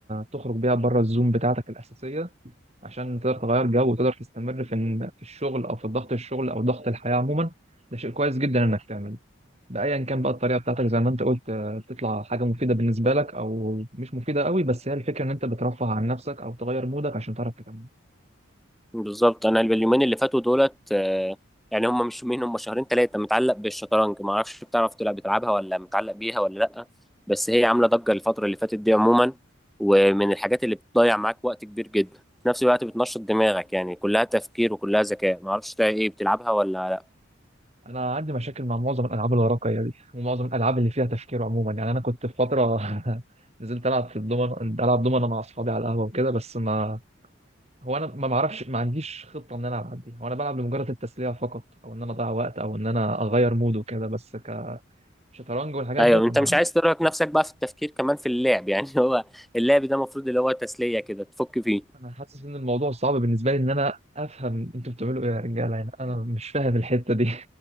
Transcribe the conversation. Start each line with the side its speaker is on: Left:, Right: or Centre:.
Right: تخرج بيها بره الزوم بتاعتك الاساسيه عشان تقدر تغير جو وتقدر تستمر في في الشغل او في ضغط الشغل او ضغط الحياه عموما ده شيء كويس جدا انك تعمله بأيا كان بقى الطريقة بتاعتك زي ما انت قلت آه، بتطلع حاجة مفيدة بالنسبة لك او مش مفيدة قوي بس هي الفكرة ان انت بترفه عن نفسك او تغير مودك عشان تعرف تكمل
Centre: بالظبط أنا اليومين اللي فاتوا دولت آه، يعني هم مش يومين هم شهرين ثلاثة متعلق بالشطرنج ما أعرفش بتعرف تلعب بتلعبها ولا متعلق بيها ولا لأ بس هي عاملة ضجة الفترة اللي فاتت دي عموما ومن الحاجات اللي بتضيع معاك وقت كبير جدا في نفس الوقت بتنشط دماغك يعني كلها تفكير وكلها ذكاء ما أعرفش إيه بتلعبها ولا
Right: انا عندي مشاكل مع معظم الالعاب الورقية دي ومعظم الالعاب اللي فيها تفكير عموما يعني انا كنت في فترة <laughs> نزلت العب في الدومن العب دومنة مع اصحابي على القهوة وكده بس ما هو انا ما بعرفش ما عنديش خطة ان انا العب دي هو انا بلعب لمجرد التسلية فقط او ان انا اضيع وقت او ان انا اغير مود وكده بس كشطرنج والحاجات
Centre: ايوه
Right: ديت
Centre: انت
Right: انا
Centre: مش عايز ترهق نفسك بقى في التفكير كمان في اللعب يعني <laughs> هو اللعب ده المفروض اللي هو تسليه كده تفك فيه
Right: انا حاسس ان الموضوع صعب بالنسبه لي ان انا افهم انتوا بتعملوا ايه يا رجاله هنا انا مش فاهم الحته دي <laughs>